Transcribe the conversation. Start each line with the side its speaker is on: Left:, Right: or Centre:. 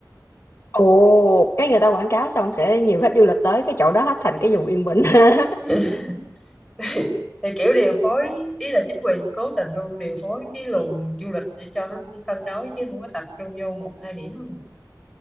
Left: ồ, cái người ta quảng cáo xong sẽ nhiều khách du lịch tới cái chỗ đó hết thành cái vùng yên bình. <laughs>
Centre: <laughs> thì, thì kiểu điều phối ý là chính quyền cố tình luôn điều phối cái luồng du lịch để cho nó cân đối chứ không có tập trung vô một hai điểm không